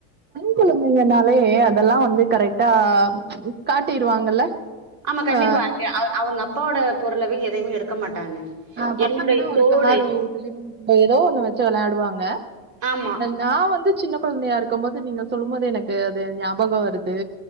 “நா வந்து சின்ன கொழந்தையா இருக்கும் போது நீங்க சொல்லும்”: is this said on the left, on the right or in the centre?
Right